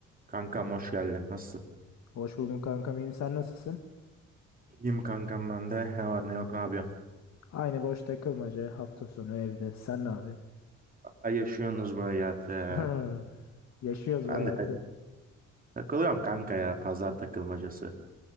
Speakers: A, on the right (about 30°); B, on the left (about 60°).
A: Kankam hoş geldin. Nasılsın?
B: Hoş buldum kankam iyiyim sen nasılsın?
A: İyiyim kankam ben de. Ne var ne yok ne yapıyorsun?
B: Aynı boş takılmaca hafta sonu evde sen ne yapıyorsun?
A: Ay yaşıyorsunuz bu hayatı.
B: <laughs> Yaşıyoruz
A: Ben
B: bu hayatı.
A: de tak- takılıyorum kanka ya. Pazar takılmacası.